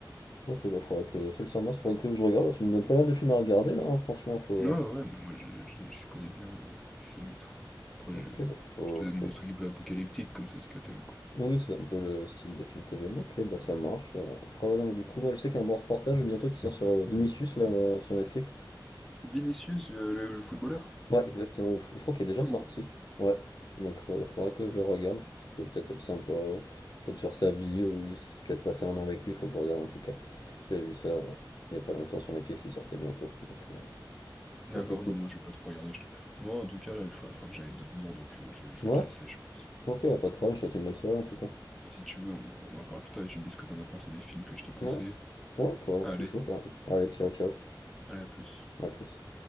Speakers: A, on the left; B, in the centre.
A: Ok, bah faudrait que seul sur Mars, faudrait que je regarde. Tu me donnes pas mal de films à regarder là, hein, franchement, faut.
B: Ouais, ouais, ouais, mais moi je je je connais bien les les films et tout. Après
A: Ok,
B: je
A: bah faut,
B: je te donne
A: faut
B: des
A: que-
B: trucs un peu apocalyptiques comme c'est ce que t'aimes quoi.
A: Oui, c'est un peu le style de film que j'aime. Ok, bah ça marche. Euh, Après, voilà, du coup, moi je sais qu'il y a un bon reportage bientôt qui sort sur euh, Vinicius là, euh, sur Netflix.
B: Vinicius, heu, le footballeur?
A: Ouais, exactement. Je, je crois qu'il est déjà
B: Ah
A: sorti.
B: bon?
A: Ouais. Donc fa- faudra que je le regarde. Ça peut peut-être être sympa. euh, Peut-être sur sa vie, ou il- peut-être passer un an avec lui, faut que je regarde en tout cas. J'ai vu ça euh, il y a pas longtemps sur Netflix, il sortait bientôt. Donc, euh,
B: D'accord,
A: donc écoute.
B: non, moi je vais pas trop regarder. je te- Moi, en tout cas, là, il faut, il faut que j'aille dormir, donc euh, je, je
A: Ouais,
B: vais te laisser, je pense.
A: ok, bah, pas de problème, je te souhaite une bonne soirée en tout cas.
B: Si tu veux, on, on en parle plus tard et tu me dis ce que t'en as pensé des films que je t'ai conseillés.
A: Ouais, ouais, bah,
B: Allez,
A: je suis chaud carrément. Allez, ciao, ciao,
B: allez, à plus.
A: à plus.